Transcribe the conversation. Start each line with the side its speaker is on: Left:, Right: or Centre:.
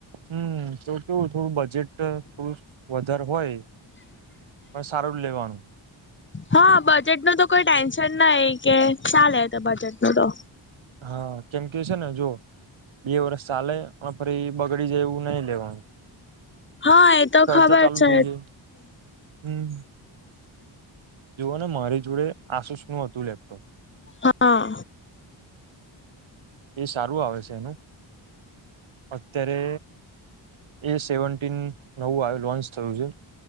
Right: હમ તો કેવું થોડું બજેટ થોડું વધારે હોય તો સારું જ લેવાનું
Left: હા બજેટ નું તો કોઈ ટેન્શન ના કે ચાલેે તો બજેટ નું તો
Right: હા કેમ કે છે ને જો બે વરષ ચાલે અને ફરી બગડી જાય એવું નહી લેવાનું
Left: હા એ તો
Right: ખર્ચા
Left: ખબર
Right: ચાલુ
Left: છે
Right: થઈ જાય હમ એવો ને મારી જોડે આસુસ નું હતું લેપટોપ
Left: હા
Right: એ સારું આવે છે એનું અત્યારે એ સેવન નવું આવ લોન્ચ થયું છે